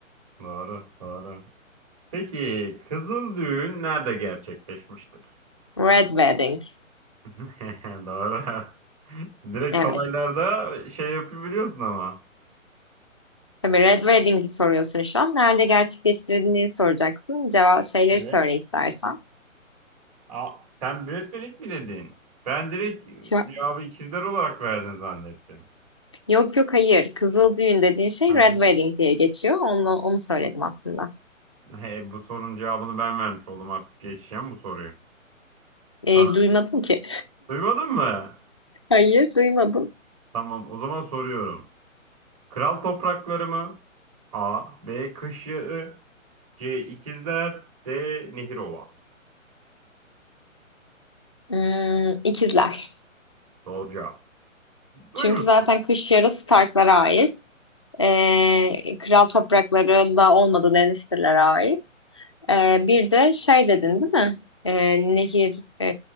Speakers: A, on the right; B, on the left.
A: Doğru, doğru. Peki kızıl düğün nerede gerçekleşmiştir?
B: Red Wedding.
A: <laughs> Doğru. Direkt
B: Evet.
A: kolaylarda şey yapabiliyorsun ama.
B: Tabii Red Wedding'i soruyorsun şu an. Nerede gerçekleştirdiğini soracaksın. Cevap şeyleri
A: Evet.
B: söyle istersen.
A: Aa, sen Brad Pitt mi dedin? Ben direkt
B: Şu-
A: cevabı ikizler olarak verdin zannettim.
B: Yok yok hayır. Kızıl düğün dediğin şey
A: Ha,
B: Red Wedding diye geçiyor. Onu, onu söyledim aslında.
A: he, bu sorunun cevabını ben vermiş oldum artık geçeceğim bu soruyu.
B: E,
A: Sana
B: duymadım ki.
A: duymadın mı?
B: <laughs> Hayır, duymadım.
A: Tamam o zaman soruyorum. Kral toprakları mı? A. B. Kış Yağı C. İkizler D. Nehirova.
B: Hmm, ikizler.
A: Doğru cevap. Duymuşsun.
B: Çünkü zaten kış yarısı Stark'lara ait. Ee, kral topraklarında olmadığı Lannister'lara ait. Ee, bir de şey dedin değil mi? Ee, nehir, e,